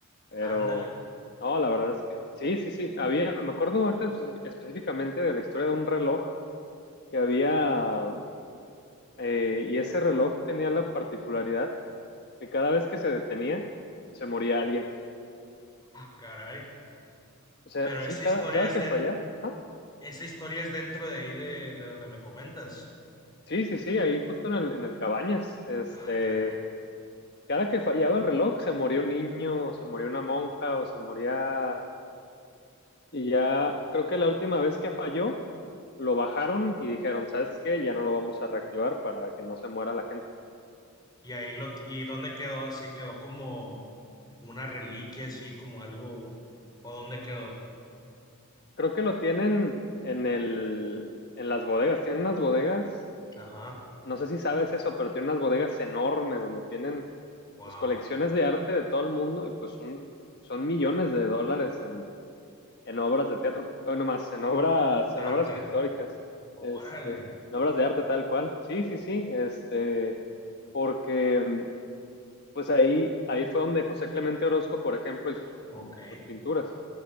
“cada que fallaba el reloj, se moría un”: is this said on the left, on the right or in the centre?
Left